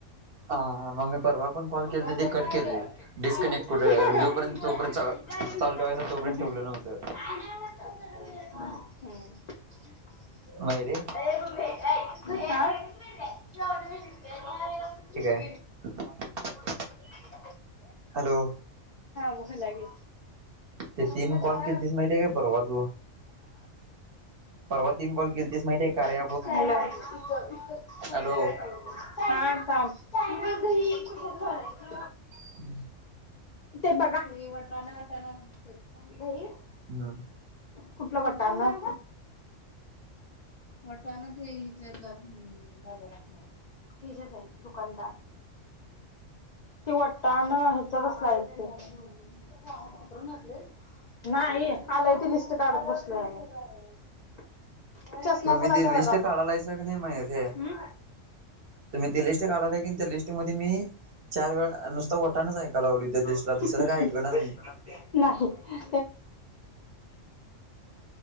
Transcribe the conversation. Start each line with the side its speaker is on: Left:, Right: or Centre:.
Right: हा मग मी परवा पण कॉल केल
Left: <unintelligible>
Right: तर ते कट केले डिस्कनेक्ट कुठे जोपर्यंत तोपर्यंत चालू
Left: हम्म.
Right: ठेवायचं तोपर्यंत ठेवलं नव्हतं
Left: आ.
Right: नाही रे आ.
Left: Cut <unintelligible>
Right: hello.
Left: बोला की
Right: ते
Left: हा
Right: तीन कॉल केलतीस माहिती काय? परवा तू परवा. तीन बॉल केलतीस माहिती काय?
Left: <inaudible> ति
Right: हॅलो
Left: <inaudible>
Right: हम्
Left: ते बघा हे वटाणं वटाणं <unintelligible>
Right: हं
Left: कुठलं वटाणं वटाणं ते हिथलं हिथलं बाजारातनं आणलं. हिजाच हाय दुकानदार ति वटाणं चवच नाहीत ते <unintelligible> नाही आलय ते लिस्ट काढत बसलो आणि <unintelligible> चष्मा
Right: तुम्ही
Left: कुणाचा
Right: ती
Left: <unintelligible>
Right: लिस्ट काढालायसा की नाही मयुर हे
Left: हम्म
Right: तुम्ही ती लिस्ट काढालाय की त्या लिस्टमध्ये मी चार वेळा नुसता वटानच ऐका लागलोय त्या लिस्टला
Left: <unintelligible> <unintelligible>
Right: दुसरं काय ऐकनाच मी
Left: नाही <unintelligible> <unintelligible> <unintelligible>